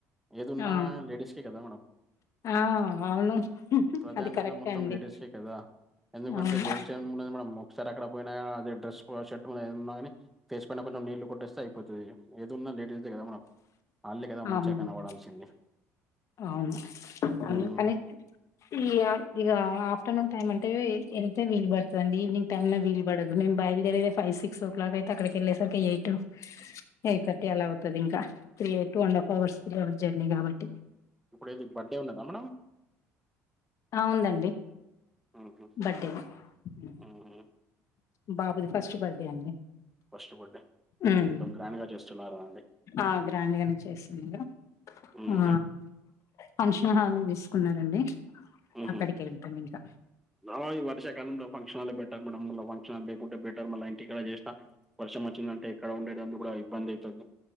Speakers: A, in the centre; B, on the left.
A: ఏదున్న
B: ఆ!
A: లేడీస్కే కదా మేడం
B: ఆ! అవును.
A: <unintelligible> ప్రధాన్యత
B: అది కరెక్టే
A: మొత్తం
B: అండి.
A: లేడీస్కే కదా ఎందుకంటే
B: అవును.
A: జెంట్స్ మున్న దే మేడం ఒక్సారి అక్కడ పోయిగద అదే డ్రస్కో, షర్ట్ <unintelligible> ఎదున్నగనీ ఫేస్ పైన కొన్చెం నీళ్లు. కొట్టేస్తే అయిపోతది ఏదున్నా లేట్తది కదా మనం వాళ్ళే కదా మంచిగా
B: అవునండి,
A: కనపడాల్సింది
B: అవును అందుకనీ.
A: ఉమ్
B: ఈ యాక్ట్టీగ ఆఫ్టనున్ టైమ్మంటే <unintelligible> ఎల్తే, వీల్బడ్తన్డి ఈవినింగ్ టైమ్ లో వీల్పడదు మేం బయిల్దెరేదే. ఫైవ్, సిక్స్ ఓ క్లాకయితే అక్కడికేళ్ళేసర్కి ఎయిట్, ఎయిట్ థర్టీ అలా అవుతది ఇంకా త్రీఏ. టూ అన్డఫ్ హవర్స్ జ జర్నీ గాబట్టి
A: ఇప్పుడైతే బర్త్డే ఉన్నదా మేడం
B: ఆ ఉన్దండి
A: ఉహు
B: బర్త్డే నే ఉహు
A: ఉమ్
B: బ బాబుది ఫస్ట్ బర్త్డేఅండి
A: ఫస్ట్ బర్త్డే
B: ఉ మ్
A: మొత్తం గ్రాండ్ గా చేస్తున్నారా అండి
B: ఆ గ్రాండ్ గానే చేసిన్డ్ర
A: ఉమ్
B: ఆ ఫంక్షన్ హాల్ తీసుకున్నారన్డి
A: ఉహు
B: అక్కడికేళ్తాం ఇంక
A: ఆ ఈ వర్షకాలంలో ఫంక్షన్ హాలే బెటర్ మేడం మల్ల ఫంక్షన్ హాల్ లేకుంటే బెటర్ మల్ల ఇన్ టికాడ జేస్న వర్షం వచ్చిన్దంటే ఇక్కడ ఉండేడన్దు <unintelligible> డా ఇబ్బన్దైతుంది